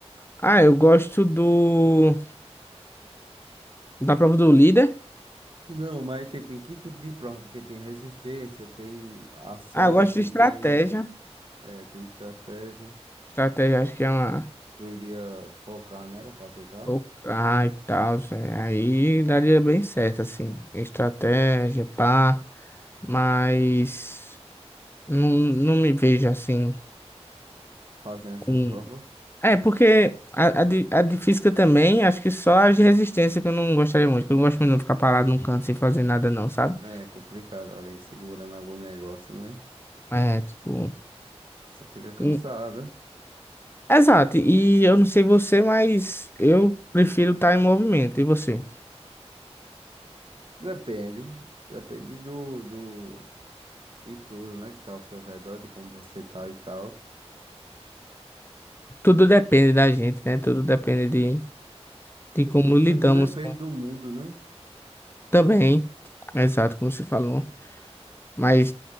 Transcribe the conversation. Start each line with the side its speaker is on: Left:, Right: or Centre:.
Left: Ah, eu gosto do da prova do líder.
Right: Não, mas tipo, em que tipo de prova? Porque tem resistência, tem a sorte,
Left: Ah, eu gosto de estratégia.
Right: tem, eh, tem estratégia.
Left: Estratégia, acho que é uma.
Right: Tu iria focar nela pra tentar
Left: Ou- Ah, e tal, Zé. Aí daria bem certo, assim. Estratégia, pá. Mas não, não me vejo assim
Right: fazendo essas
Left: com.
Right: provas?
Left: É, porque a, a, de, a de física também, acho que só as de resistência que eu não gostaria muito. que Eu não gosto muito de ficar parado num canto sem fazer nada, não, sabe?
Right: É complicado ali, segurando algum negócio, né?
Left: É, tipo.
Right: A pessoa fica cansada.
Left: e- Exato. E eu não sei você, mas eu prefiro estar em movimento. E você?
Right: Depende. Depende do, do, de tudo, né? Que tá ao seu redor, de como você tá e tal.
Left: Tudo depende da gente, né? Tudo depende de, de como
Right: E tudo
Left: lidamos.
Right: depende do mundo, né?
Left: Também, exato, como você falou. Mas